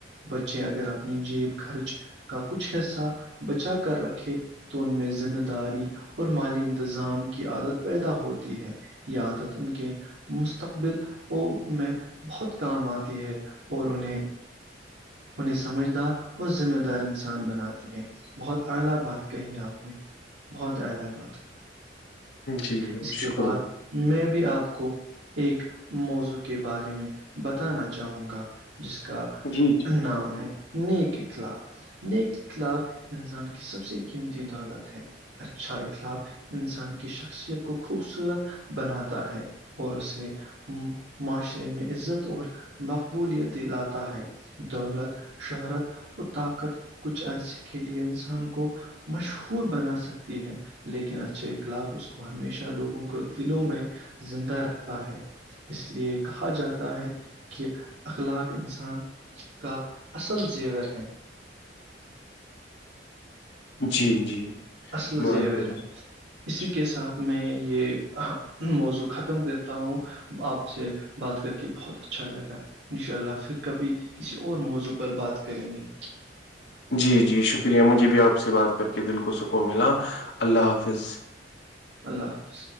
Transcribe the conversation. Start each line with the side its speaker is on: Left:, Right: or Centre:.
Right: بچے اگر اپنی جیب خرچ کا کچھ حصہ بچا کر رکھے تو ان میں ذمہ داری اور مالی انتظام کی عادت پیدا ہوتی ہے یہ عادت ان کے مستقبل ا میں بہت کام آتا ہے اور انہیں انہیں سمجھدار اور ذمہ دار انسان بناتی ہے بہت اعلی بات کہی اپ نے بہت اعلی بات
Left: جی
Right: اس کے
Left: شکریہ
Right: بعد میں بھی آپ کو ایک موضوع کے بارے میں بتانا چاہوں گا جس کا
Left: جی جی
Right: نام ہے نیک اخلاق نیکخلاق انسان کی سب سے قیمتی دالت ہے اچھا اخلاق انسان کی شخصیت کو خوبصورت بناتا ہے اور اسے معاشرے میں عزت اور مقبولیت دلاتا ہے دولت شہرت وہ طاقت کچھ عرصے کے لیے انسان کو مشہور بنا سکتی ہے لیکن اچھے اخلاق اس کو ہمیشہ لوگوں کو دلوں میں زندہ رکھتا ہے اس لیے کہا جاتا ہے کہ اخلاق انسان کا اصل زیور ہے
Left: جی جی
Right: اصل
Left: بہت
Right: زیور
Left: درست
Right: ہے اسی
Left: جی
Right: کے ساتھ میں یہ موضوع ختم کرتا ہوں آپ سے بات کر کے بہت اچھا لگا ان شاء اللہ پھر کبھی کسی اور موضوع پر بات کریں گے
Left: جی جی شکریہ مجھے بھی آپ سے بات کر کے دل کو سکون ملا اللہ حافظ
Right: اللہ حافظ